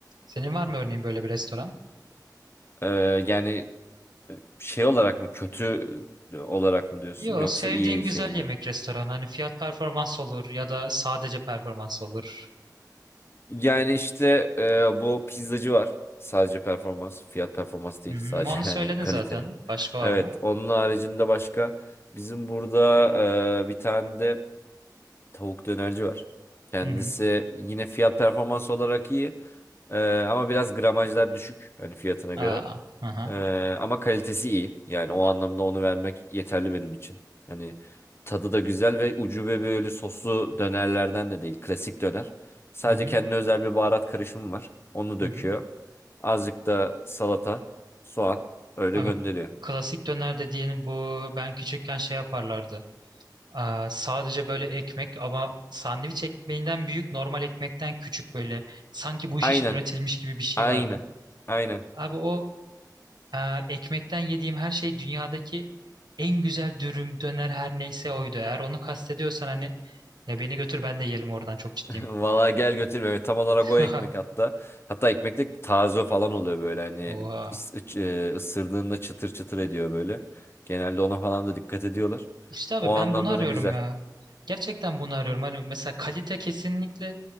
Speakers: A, on the right; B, on the left.
A: Senin var mı örneğin böyle bir restoran?
B: Ee, yani e, şey olarak mı kötü olarak mı diyorsun
A: Yo,
B: yoksa
A: sevdiğin
B: iyi
A: güzel
B: şeyle
A: yemek
B: mi?
A: restoranı. Hani fiyat performans olur ya da sadece performans olur.
B: Yani işte e, bu pizzacı var. Sadece performans, fiyat performans değil
A: Hı hı.
B: sadece
A: Onu söyledin
B: <laughs> yani kalite.
A: zaten. Başka
B: Evet,
A: var mı?
B: onun haricinde başka bizim burada e, bir tane de tavuk dönerci var. Kendisi
A: Hı hı.
B: yine fiyat performans olarak iyi. E, ama biraz gramajlar düşük hani fiyatına
A: Aa,
B: göre.
A: hı hı.
B: Ee, ama kalitesi iyi. Yani o anlamda onu vermek yeterli benim için. Yani tadı da güzel ve ucube böyle soslu dönerlerden de değil. Klasik döner. Sadece
A: Hı hı.
B: kendine özel bir baharat karışımı var. Onu
A: Hı
B: döküyor.
A: hı.
B: Azıcık da salata, soğan öyle
A: Abi
B: gönderiyor.
A: klasik döner dediğin bu ben küçükken şey yaparlardı. Aa, sadece böyle ekmek ama sandviç ekmeğinden büyük normal ekmekten küçük böyle sanki bu iş
B: Aynen.
A: için üretilmiş gibi bir şey
B: Aynen.
A: vardı.
B: Aynen.
A: Abi o Ee, ekmekten yediğim her şey dünyadaki en güzel dürüm, döner her neyse oydu. Eğer onu kastediyorsan hani ya beni götür ben de yiyelim oradan çok ciddiyim.
B: <laughs> Valla gel götür Mehmet. Tam olarak
A: <laughs>
B: o ekmek hatta. Hatta ekmek de taze falan oluyor böyle hani
A: Oha.
B: is- ıç- e, ısırdığında çıtır çıtır ediyor böyle. Genelde ona falan da dikkat ediyorlar.
A: İşte abi
B: O
A: ben
B: anlamda
A: bunu arıyorum
B: da güzel.
A: ya. Gerçekten bunu arıyorum. Hani mesela kalite kesinlikle